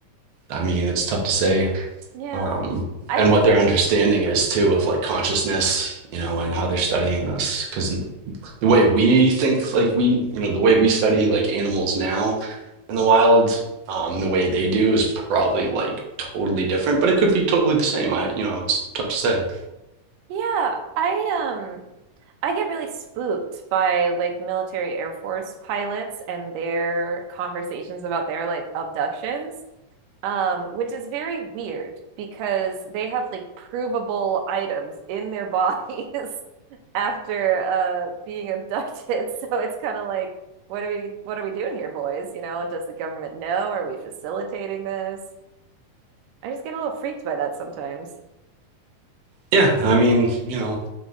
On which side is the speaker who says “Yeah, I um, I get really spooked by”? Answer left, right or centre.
Right